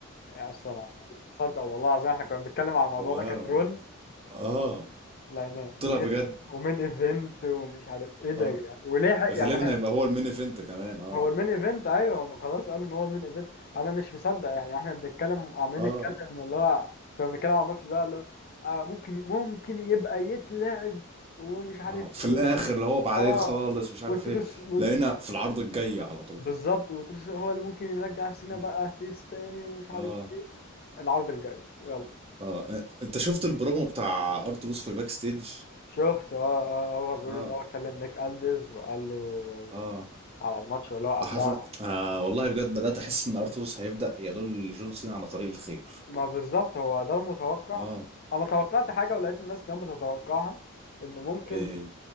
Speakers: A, on the left; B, on the right.
A: يعني أصلا أنا مش مصدق والله العظيم احنا كنا بنتكلم على الموضوع
B: وانا
A: ده كترول
B: انا والله اه
A: لعناه ومين
B: طلع بجد
A: ومين ايفنت ومش عارف ايه ده
B: آه.
A: يا جدعان ولحق
B: غالبا
A: يعني احنا
B: هيبقى هو المين ايفنت كمان اه
A: هو المين ايفنت ايوه هم خلاص قالوا ان هو المين ايفنت انا مش مصدق يعني احنا بنتكلم عمالين
B: اه
A: نتكلم اللي هو كنا بنتكلم على الماتش ده اللي هو آه ممكن ممكن يبقى يتلعب ومش عارف
B: اه
A: ايه
B: في الاخر اللي هو بعدين
A: اه
B: خالص مش عارف
A: وتروس
B: ايه
A: وتروس
B: لقينا في العرض الجاي على طول
A: بالظبط وتروس هو اللي ممكن يرجع سينا
B: اه
A: بقى فيس تاني ومش عارف
B: اه
A: ايه العرض الجاي يلا
B: اه انت شفت البرومو بتاع ارتروس في الباك ستيج
A: شفت اه اه آه، هو بيقول
B: اه
A: ان هو كلم نيك الدز وقال له
B: اه
A: على الماتش اللي هو قبلها
B: عارف انا والله بجد بدات احس ان ارتروس هيبدا يدل جون سينا على طريق الخير
A: ما بالظبط هو ده المتوقع
B: اه
A: انا توقعت حاجه ولقيت الناس كمان بتتوقعها ان ممكن
B: ايه هي